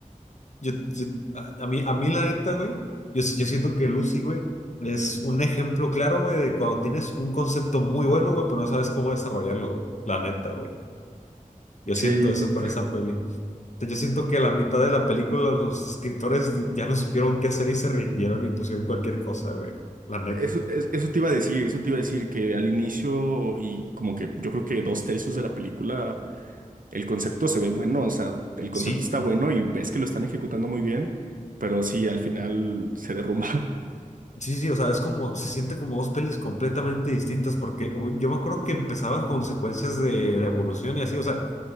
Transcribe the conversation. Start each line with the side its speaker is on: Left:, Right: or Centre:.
Left: Yo, yo- a a mí, a mí la neta, güey, yo, si- yo siento que Lucy, güey, es un ejemplo claro, güey, de cuando tienes un concepto muy bueno, güey, pero no sabes cómo desarrollarlo, güey. La neta, güey. Yo
Right: Sí,
Left: siento eso con esa peli. O sea, yo siento que a la mitad de la película los escritores di- ya no supieron qué hacer y se rindieron y pusieron cualquier cosa, güey. La neta.
Right: eso, es- eso te iba a decir, eso te iba a decir que al inicio y como que yo creo que dos tercios de la película, el concepto se ve bueno, o sea, el concepto
Left: Sí,
Right: está bueno y ves que lo están ejecutando muy bien, pero sí, al final se derrumba. <laughs>
Left: Sí, sí, o sea, es como, se siente como dos pelis completamente distintas, porque güey, yo me acuerdo que empezaba con secuencias de la evolución y así, o sea,